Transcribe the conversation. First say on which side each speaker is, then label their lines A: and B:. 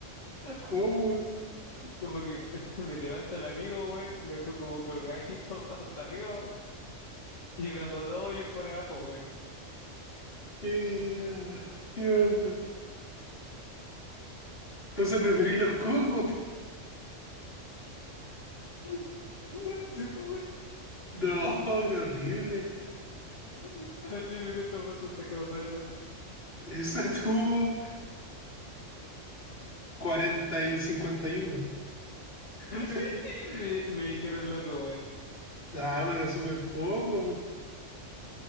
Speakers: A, on the left; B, on the left.
A: <laughs>
B: ¿Cómo?
A: Como que me, me levanto el amigo, weón, lo dejo como colgadito <laughs> para arriba, weón, y me hago dos hoyos por abajo, weón.
B: ¿Qué, qué onda? Entonces preferís los cocos. <laughs>
A: <laughs> Sí, fue, weón.
B: No, qué horrible.
A: <laughs> A ti me gusta más chantaje botón esa.
B: Esa tuvo cuarenta y 51. <laughs>
A: <laughs> Y me, me dijeron loco,
B: Nah, pero súper poco. po.